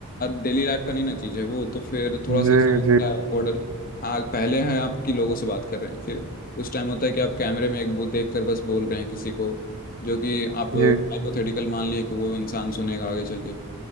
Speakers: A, on the left; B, on the right.
A: डेली लाइफ का नहीं ना चीज है वो तो फिर थोड़ा सा
B: जी
A: ऐसा लगता
B: जी
A: है awkward। आ, पहले है आपकी लोगों से बात कर रहे हैं फिर उस टाइम होता है कि आप कैमरे में एक वो देख कर बस बोल रहे हैं किसी को जो कि आप
B: जी
A: हाइपोथेटिकल मान लिए कि वो इंसान सुनेगा आगे चल के